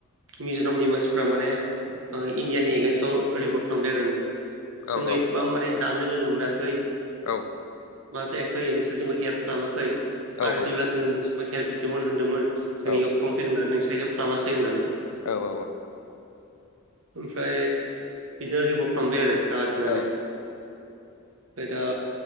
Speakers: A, on the right; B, on the left.
A: मिज'रामनि मानसिफ्रा माने इण्डियानि एगेन्सटआव रिगल खालामबाय आरो ना
B: औ
A: जोंङो
B: औ
A: एसेबां माने जानो लोंनो मोनाखै।
B: औव
A: माजांयै नोंसोर जोंखौ हेल्प खालामाखै
B: औ
A: आरो जेब्ला जोङो नोंसोरा हेल्प बिदोंमोन। होनदोंमोन जोंनियाव
B: औ
A: फन फैगोन होननानै नोंसोर हे्प खालामासै होननानै।
B: औ औ
A: ओमफ्राय बिदिनो रिपर् खालामबाय आरो रागा जोंनानै
B: औ औ
A: ओमफ्राय दा